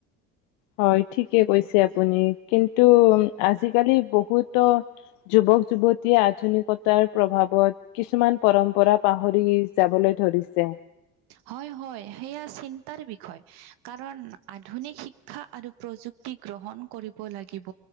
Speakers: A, on the left (about 75°); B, on the right (about 65°).
A: হয় ঠিকে কৈছে আপুনি কিন্তু আজিকালি বহুতো যুৱক যুৱতীয়ে আধুনিকতাৰ প্ৰভাৱত কিছুমান পৰম্পৰা পাহৰি যাবলৈ ধৰিছে।
B: হয় - হয়, সেয়া চিন্তাৰ বিষয় কাৰণ আধুনিক শিক শিক্ষা আৰু প্ৰযুক্তি গ্ৰহণ কৰিব লাগিব